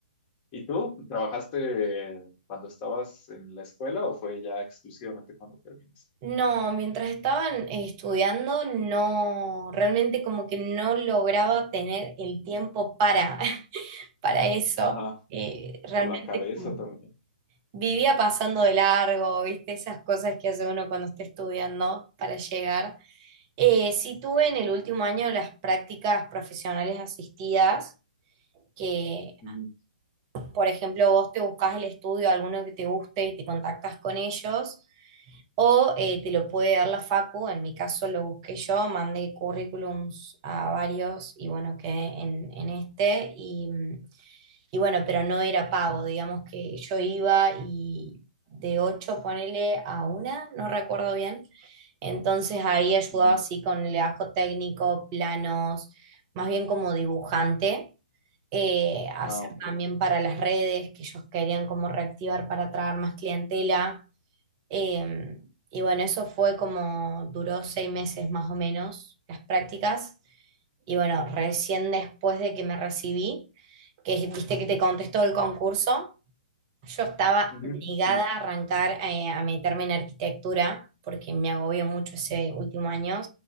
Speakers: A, on the left; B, on the right.
A: ¿Y tú? ¿Trabajaste cuando estabas en la escuela o fue ya exclusivamente cuando terminaste?
B: No, mientras estaban eh, estudiando, no, realmente como que no lograba tener el tiempo para, <laughs> para eso.
A: Ajá,
B: Eh, realmente
A: o la cabeza
B: como
A: también. Ujú,
B: vivía pasando de largo, viste, esas cosas que hace uno cuando está estudiando para llegar. Eh, sí tuve en el último año las prácticas profesionales asistidas, que
A: ujú,
B: por ejemplo vos te buscas el estudio, alguno que te guste y te contactas con ellos, o eh, te lo puede dar la facu, en mi caso lo busqué yo, mandé currículums a varios y bueno, quedé en, en este y mm, y bueno, pero no era pago, digamos que yo iba y de 8 ponele a una, no recuerdo bien. Entonces ahí ayudaba
A: ujú.
B: así con el ajo técnico, planos, más bien como dibujante, eh, hacer
A: Ah, ok.
B: también para las redes que ellos querían como reactivar para atraer más clientela. Eh, y bueno, eso fue como, duró seis meses más o menos las prácticas. Y bueno, recién después de que me recibí que viste que te contestó el concurso, yo estaba
A: Ujú,
B: negada
A: sí.
B: a arrancar eh, a meterme en arquitectura porque me agobió mucho ese
A: ¿no?
B: último año.